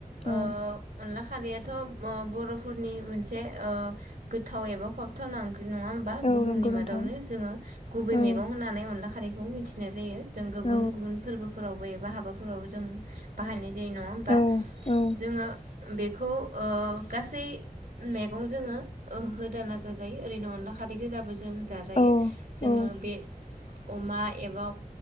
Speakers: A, on the left; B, on the right.
A: औ।
B: ओ <unintelligible> बर'फोरनि मोनसे गोथाव एबा खहाबथावना। नङा होमबा
A: औ
B: बुहुमनि
A: नंगौ
B: मादावनो
A: नोंथां
B: जोङो गुबै
A: औ
B: मैगं होननानै अनला खारैखौ मिथिनाय जायो। जों गुबुन
A: औ
B: गुबुन फोरबोफोरावबो एबा हाबाफोरावबो जों बाहायनाय नङा होमबा
A: औ औ
B: जोङो बेखौ गासै मैगं जोङो होदाना जाजायो ओरैनो अनला खारै गोजाबो जों जाजायो
A: औ
B: जोङो
A: औ
B: बे अमा एबा